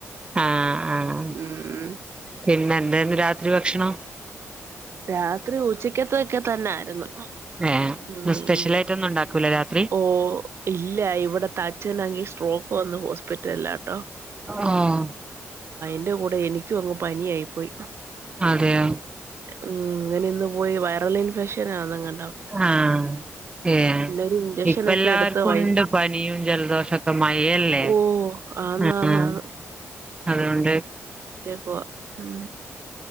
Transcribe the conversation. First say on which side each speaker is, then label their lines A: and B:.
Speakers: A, on the right; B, on the right.
A: ആഹ് ആഹ്
B: ഉം
A: പിന്നെ എന്തായിരുന്ന് രാത്രി ഭക്ഷണം
B: രാത്രി ഉച്ചക്കത്തൊക്കെ തന്നായിരുന്നു
A: ഏഹ്
B: ഉം
A: സ്പെഷ്യൽ
B: ഉം
A: ആയിട്ട് ഒന്നും ഉണ്ടാക്കുലെ രാത്
B: ഓ ഇല്ല ഇവിടെത്തെച്ഛനാങ്കിൽ സ്ട്രോക്ക് വന്ന് ഹോസ്പിറ്റല്ലാട്ടോ
A: ആഹ്
B: അയിന്റെ കൂടെ എനിക്കും അങ്ങ് പനിയായി പോയി
A: അതെയ
B: ഉമ് ഇന്നലെ ഇന്ന് പോയി വൈറൽ ഇൻഫെക്ഷന് അന്നങ്ങനെ
A: ആഹ് ഏഹ്
B: ഒരു ഇഞ്ചക്ഷനൊക്കെ
A: ഇപ്പ എല്ലാർക്കുണ്ട്
B: എടുത്ത് വയ്യ
A: പനിയും ജലദോഷമോക്കെ മഴല്ലേ
B: ഓ ആന്ന്
A: ആഹ്
B: ആന്ന്
A: മ്
B: ആന്ന്
A: അതുകൊണ്ട്
B: ഓ ഉം